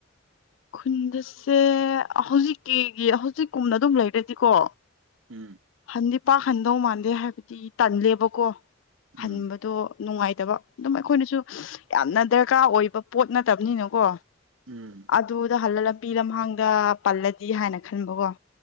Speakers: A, on the left; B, on the right.
A: ꯈꯨꯟꯗꯁꯦ ꯍꯧꯖꯤꯛꯀꯤꯒꯤ ꯍꯧꯖꯤꯛꯀꯨꯝꯅ ꯑꯗꯨꯝ ꯂꯩꯔꯗꯤꯀꯣ
B: ꯎꯝ
A: ꯍꯟꯗꯤ ꯄꯥꯛꯍꯟꯗꯧ ꯃꯥꯟꯗꯦ ꯍꯥꯏꯕꯗꯤ ꯇꯜꯂꯦꯕꯀꯣ ꯍꯟꯕꯗꯣ
B: ꯎꯝ
A: ꯅꯨꯡꯉꯥꯏꯇꯕ ꯑꯗꯨꯝ ꯑꯩꯈꯣꯏꯅꯁꯨ ꯌꯥꯝꯅ ꯗꯔꯀꯥꯔ ꯑꯣꯏꯕ ꯄꯣꯠ ꯅꯠꯇꯕꯅꯤꯅꯀꯣ
B: ꯎꯝ
A: ꯑꯗꯨꯗ ꯍꯜꯂ ꯂꯝꯕꯤ ꯂꯝꯍꯥꯡꯗ ꯄꯜꯂꯗꯤ ꯍꯥꯏꯅ ꯈꯟꯕꯀꯣ